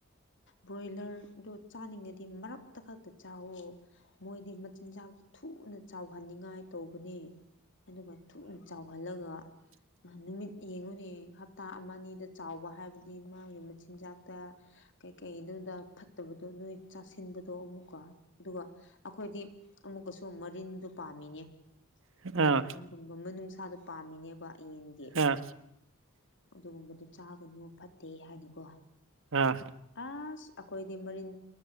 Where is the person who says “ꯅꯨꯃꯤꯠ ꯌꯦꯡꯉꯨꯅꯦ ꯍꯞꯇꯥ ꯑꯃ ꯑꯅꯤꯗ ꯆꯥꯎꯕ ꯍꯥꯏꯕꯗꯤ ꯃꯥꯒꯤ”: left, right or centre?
Left